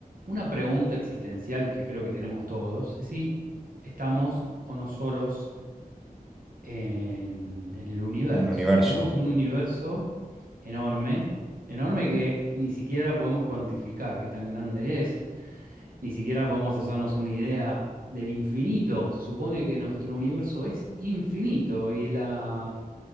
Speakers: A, on the right; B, in the centre.
A: una pregunta existencial que creo que tenemos todos, es si estamos o no solos en, en el universo.
B: en el universo?
A: Tenemos un universo enorme, enorme que ni siquiera podemos cuantificar qué tan grande es, ni siquiera podemos hacernos una idea del infinito. Se supone que nuestro universo es infinito y la,